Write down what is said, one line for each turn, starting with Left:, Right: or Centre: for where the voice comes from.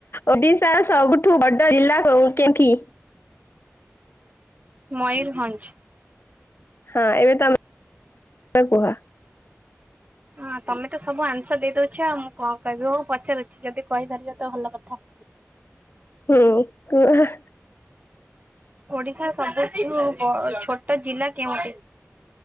Left: ଓଡିଶାର ସବୁଠୁ ବଡ ଜିଲ୍ଲା କଉଠି କି?
Right: ମୟୂରଭଞ୍ଜ।
Left: ହଁ ଏବେ ତମେ କୁହ
Right: ହଁ ତମେ ତ ସବୁ ଆନ୍ସର ଦେଇଦୋଉଛ ଆଉ ମୁଁ କଣ କହିବି ହୋଉ ପଚାର ଯଦି କହିପାରିଲେ ତ ଭଲ କଥା।
Left: ହୁଁ କୁହ ଅ
Right: ଓଡିଶା <unintelligible> ଛୋଟ ଜିଲ୍ଲା କେଉଁଠି?